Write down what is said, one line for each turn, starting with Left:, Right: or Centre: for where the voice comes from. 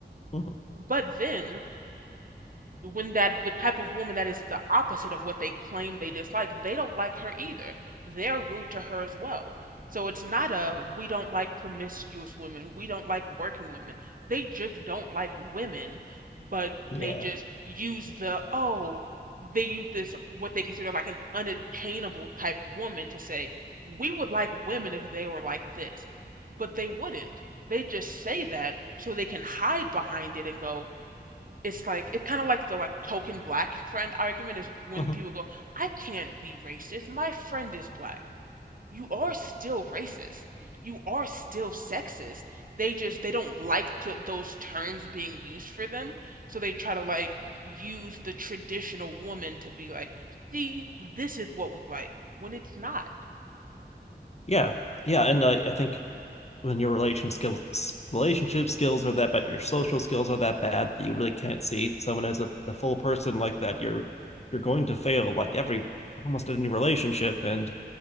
Left: Mhm.
Right: But then the- when that the type of woman that is the opposite of what they claim they dislike, they don't like her either. They're rude to her as well. So it's not a we don't like promiscuous women, we don't like working women. They just don't like women, but
Left: Yeah.
Right: they just use the oh, they use this what they consider like an unattainable type woman to say, we would like women if they were like this. But they wouldn't. They just say that so they can hide behind it and go, it's like it's kinda like the, like, token black friend argument is when
Left: Mhm.
Right: people go, "I can't be racist, my friend is black." You are still racist. You are still sexist. They just they don't like to those terms being used for them, so they try to, like, use the traditional woman to be like, "See, this is what we like," when it's not.
Left: Yeah. Yeah. And uh, I think when your relation skills, relationship skills are that bad, your social skills are that bad that you really can't see someone as a, a full person like that, you're you're going to fail like every almost any relationship. And